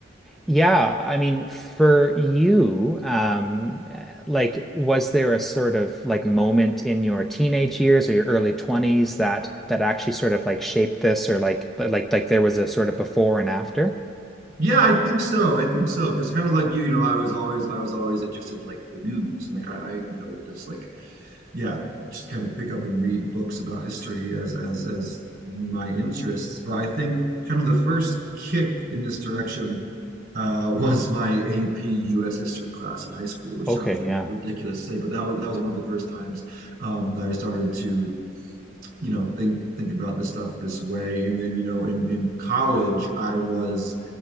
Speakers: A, in the centre; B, on the right.
A: yeah, I mean for you, um like was there a sort of like moment in your teenage years or your early 20s that that actually sort of like shaped this or like like like there was a sort of before and after?
B: Yeah, I think so. I think so. Because kind of like you, you know, I was always I was always interested in, like the news and like I, I you know just like yeah, just kind of pick up and read books about history as as as my interests. But I think kind of the first kick in this direction uh, was my AP US history class in high school, which
A: Okay,
B: sounds like
A: yeah.
B: ridiculous to say, but that was that was one of the first times um, that I started to you know think think about this stuff this way. And then you know in in college I was